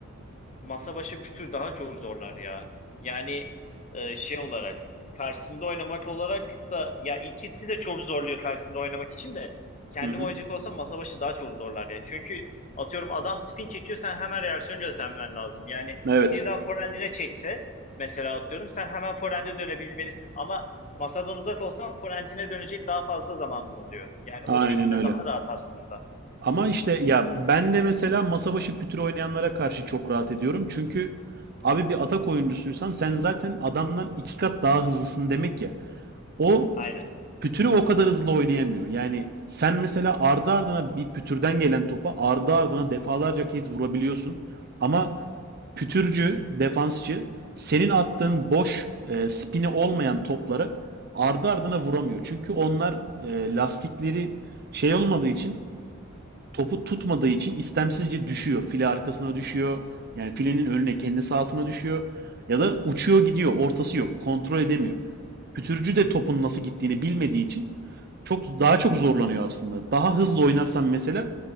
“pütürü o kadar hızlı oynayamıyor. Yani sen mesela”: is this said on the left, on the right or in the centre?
Right